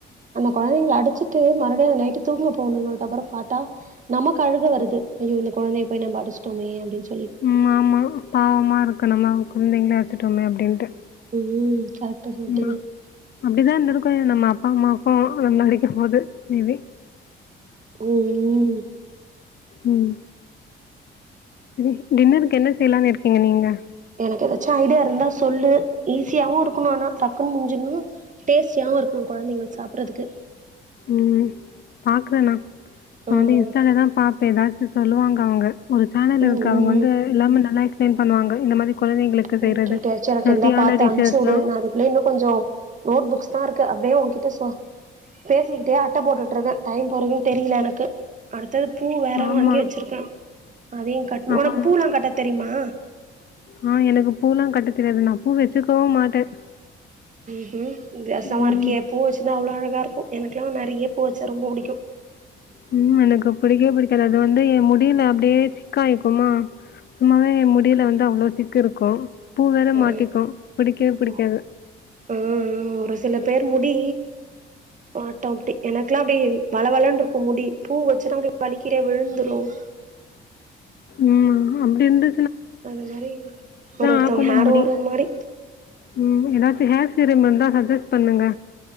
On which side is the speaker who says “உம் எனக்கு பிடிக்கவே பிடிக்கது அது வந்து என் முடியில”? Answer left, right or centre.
Left